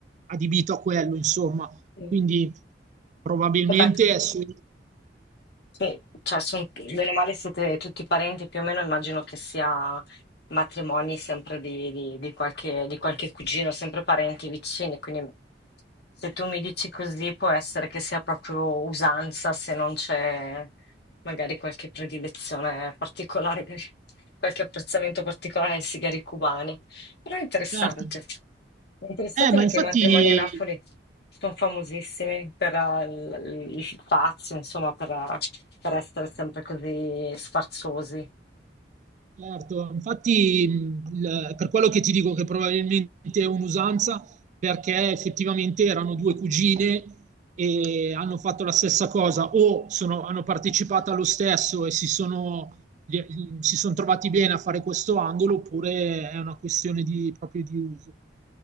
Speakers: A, on the right (about 45°); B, on the left (about 65°).
A: adibito a quello, insomma.
B: Sì.
A: Quindi probabilmente
B: Vabbè.
A: è su...
B: Sì, cioè, son- bene o male siete tutti parenti, più o meno immagino che sia matrimoni sempre di, di- di qualche, di qualche cugino, sempre parenti vicini, quindi se tu mi dici così può essere che sia proprio usanza se non c'è magari qualche predilezione particolare, <laughs> qualche apprezzamento particolare ai sigari cubani, però è interessante.
A: Certo.
B: È interessante
A: Eh, ma
B: perché
A: infatti
B: i matrimoni a Napoli sono famosissimi per eh, l- l- il fazio, insomma, per, eh, per essere sempre così sfarzosi.
A: Certo, infatti mh, il- per quello che ti dico che probabilmente è un'usanza, perché effettivamente erano due cugine e hanno fatto la stessa cosa o sono- hanno partecipato allo stesso e si sono, gli- si sono trovati bene a fare questo angolo oppure è una questione di, proprio di uso.